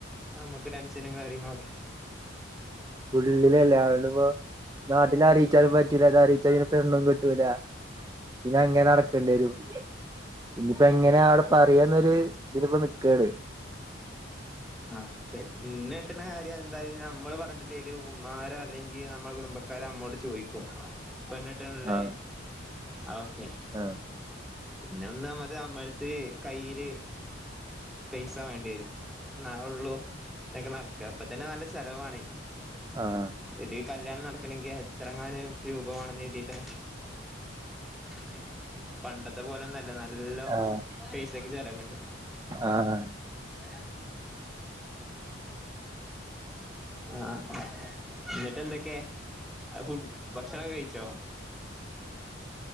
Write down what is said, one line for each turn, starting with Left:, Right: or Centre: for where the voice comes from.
Centre: നമുക്ക് ടെൻഷനും കാര്യങ്ങളൊക്കെ
Right: ഉള്ളിലെല്ലാര്ത്പ്പൊ നാട്ടില് അറീച്ചാലും പറ്റൂല ഇത് അറീച്ചാല് പിന്നെ പെണ്ണും കിട്ടൂല. പിന്നെ അങ്ങനെ നടക്കേണ്ടിരും ഇഞ്ഞ്പ്പോ എങ്ങനെ അവടെ പറയാന്നൊര് ഇതിലിപ്പോ നിക്കാണ്
Centre: ആഹ് പെണ്ണ് കെട്ട്ണ കാര്യം എന്തായാലും നമ്മള് പറഞ്ഞിട്ടില്ലേലും ഉമ്മാരോ അല്ലെങ്കിൽ ന നമ്മളെ കുടുംബക്കാര് നമ്മോട് ചോയിക്കും പെണ്ണേട്ട്ണ്‌ല്ലേ
Right: ആഹ്
Centre: അതോക്കെ
Right: ആഹ്
Centre: പിന്നൊന്നാമ്മത് നമ്മളെട്ത്ത് കയ്യില് പൈസ വേണ്ട്യരും ഇന്നാ ഒള്ളൂ ഇതൊക്കെ നടക്ക ഇപ്പത്തന്നെ നല്ല ചെലവാണേ
Right: ആഹ്
Centre: ഇത് ഈ കല്ല്യാണം നടക്കണങ്കി എത്രങ്ങാനും രൂപമാണെന്ന് കര് ട്ടാ ഉം പണ്ടത്തെ പോലോന്നല്ല നല്ലോ
Right: ആഹ്
Centre: പൈസക്ക് ചെലവ്ണ്ട്
Right: ആഹ്
Centre: അ ആഹ് ആഹ് ഇന്ന്ട്ടെന്തേക്കെ ആ ഫുഡ് ഭക്ഷണോക്കെ കഴിച്ചോ